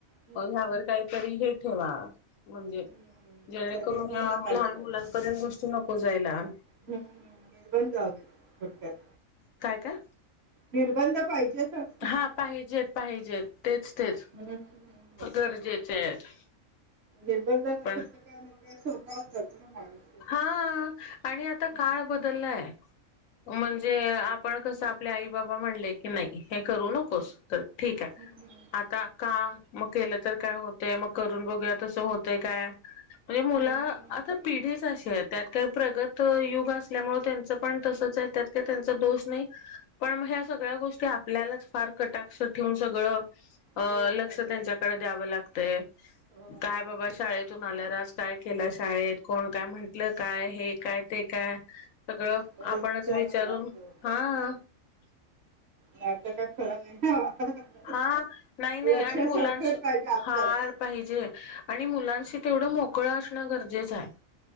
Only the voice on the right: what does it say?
हम्म
हम्म
निर्बंध
पाहिजे
होते.
हम्म
हम्म निर् बंध जाऊ दे छोटं.
निर्बंध पाहिजेेत.
हम्म हम्म हम्म.
निर्बंध असेल
तर कायदा सोपावत जातो ना माणूस. <unintelligible>
हम्म
हम्म
हम्म, हम् <unintelligible>
हम्म.
हो हो
हो
हो हो
हो हो
विचारावं
लागतं
नाही तर काय खर नाही. <unintelligible>
लक्ष
संस्कार पाहिजे आपलाच